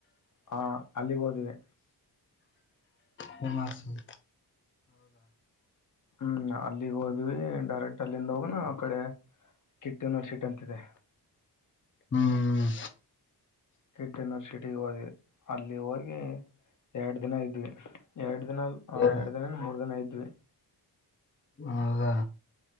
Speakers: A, on the left; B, on the left.
A: ಹಾ ಅಲ್ಲಿಗೆ ಹೋದಿದೆ
B: ಹಿಮಾಚಲ್
A: ಹ್ಮ್ ಅಲ್ಲಿಗ್ ಹೋದ್ವಿ ಡೈರೆಕ್ಟ್ ಅಲ್ಲಿಂದ ಹೋಗನ ಆ ಕಡೆ ಕಿತ್ತುನರ್ಸಿಟ್ ಅಂತಿದೆ
B: ಹ್ಮ್
A: ಕಿಟ್ ಯನಿವರ್ಸಿಟಿ ಹದ್ ಅಲ್ಲಿ ಹೋಗಿ ಎರಡು ದಿನ ಇದ್ವಿ ಎರಡು ಇನೊಂದ ಆ
B: ಹ್ಮ್.
A: ಎರಡು ದೀನ ಮೂರ ದಿನ ಇದ್ವಿ
B: ಹೌದಾ